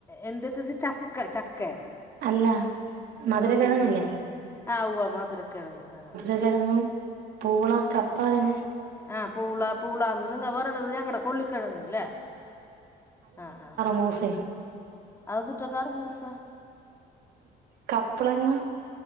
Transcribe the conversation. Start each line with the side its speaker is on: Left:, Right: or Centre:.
Left: എന്തിട്ടിട്ട് ചക്ക ചക്കെ
Right: അല്ല മധുര കെഴങ്ങില്ലെ
Left: ആഹ് ഉവ്വ മധുര കെഴങ്ങ് അഹ് അഹ്
Right: കെഴങ്ങും പൂളാ കപ്പാറിണെ
Left: ആഹ് പൂള പൂളാ നിങ്ങ പറിണത് ഞങ്ങടെ കൊള്ളി കെഴങ്ങ് ല്ലേ അഹ് ആഹ്
Right: മൂസെം
Left: അതെന്തൂട്ട കർമൂസ്സ
Right: കപ്പളങ്ങാ